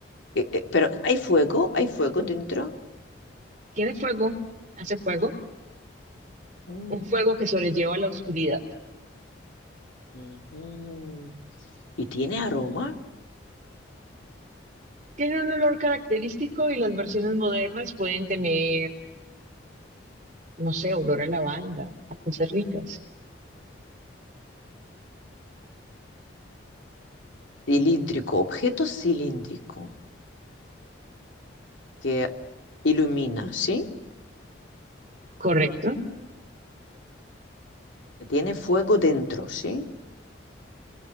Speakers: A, on the left; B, on the right.
A: Eh, eh, pero hay fuego, hay fuego dentro.
B: Tiene fuego, hace fuego,
A: Mm,
B: un fuego que sobrelleva la oscuridad.
A: ujú. Y tiene aroma
B: Tiene un olor característico y las versiones modernas pueden tener, no sé, olor a lavanda, a cosas ricas.
A: cilíndrico, objeto cilíndrico que ilumina, ¿sí?
B: ¿Correcto?
A: Que Tiene fuego dentro, ¿sí?